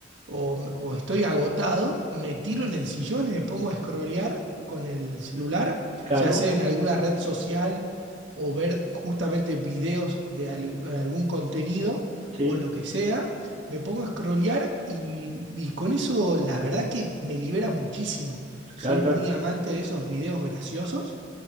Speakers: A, on the right; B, on the right.
A: o, o estoy agotado, me tiro en el sillón y me pongo a scrollear con el celular,
B: claro,
A: ya sea en alguna red social o ver justamente videos de al- algún contenido
B: sí,
A: o lo que sea. Me pongo a scrollear y, y con eso la verdad que me libera muchísimo. Soy
B: claro,
A: muy
B: claro,
A: amante de esos videos graciosos,